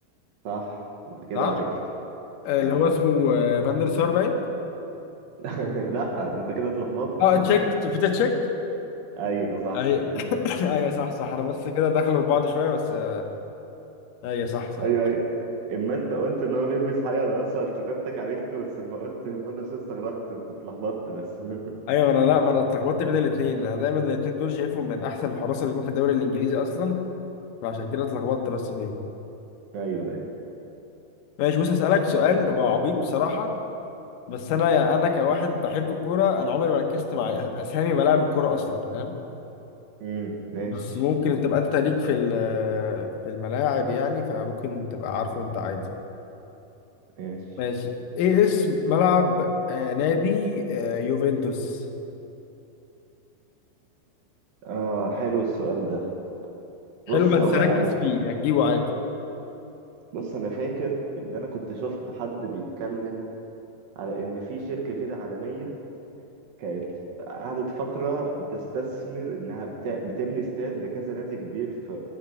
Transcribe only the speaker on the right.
صح انت كده
عرفت
آه.
<laughs> لا انت كده اتلخبطت
<laughs>
ايوه صح
كده <laughs>
ايوه اما انت قلت ان هو بيلبس حاجه رقاصه افتكرتك عرفته بس اما قلت المدرسه استغربت انت اتلخبطت بس <laughs>
ايوه ايوه
امم ماشي
ماشي
اه حلو السؤال ده
بص هو
انا
بص انا فاكر ان انا كنت شفت حد بيتكلم على ان في شركه كده عالميه كانت قعدت فتره بتستثمر انها بتا... بتبني استاد لكذا نادي كبير في